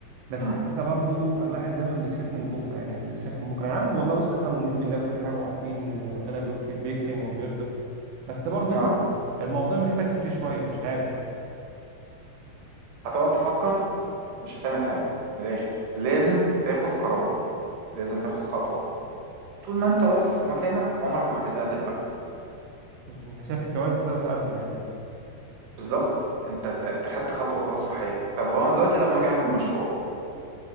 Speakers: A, on the right; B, on the right.
A: بس
B: امم
A: انت برضو الواحد دايما بيخاف من بكرة يعني بيخاف من بكرة يا عم والله بص احنا مؤمنين بالله وكل حاجة وعارفين ان ربنا بيك- بيكرم وبيرزق بس برضو
B: اه
A: الموضوع محتاج فكر شوية مش عارف
B: هتقعد تفكر مش هتعمل حاجة من الآخر لازم تاخد قرار لازم تاخد خطوة طول ما انت واقف في مكانك عمرك ما هتتقدم أبدا
A: انت شايف الجواز ده تقدم يعني
B: بالظبط انت انت خدت خطوة خلاص في حياتك طب هو أنا دلوقتي لما أجي أعمل مشروع